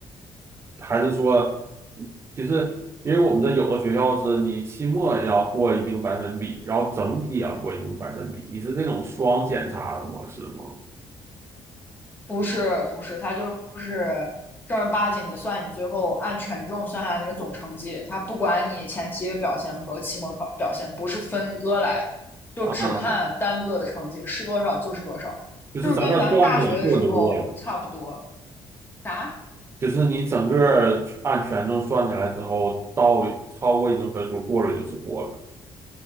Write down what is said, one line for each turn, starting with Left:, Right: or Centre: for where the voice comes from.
Right: 还是说，其实因为我们这有的学校是你期末也要过一定百分比，然后整体也要过一定百分比，你是这种双检查的模式吗？
Left: 不是不是，他就是正儿八经的算你最后按权重算下来那个总成绩，他不管你前期的表现和期末考表现，不是分割来的，就只看单个的成绩是多少就是多少，
Right: 啊，就是整个算起来过就过了。
Left: 就是跟咱们大学的时候差不多。啥？
Right: 就是你整个按权重算起来之后，到超过一定分数过了就是过了。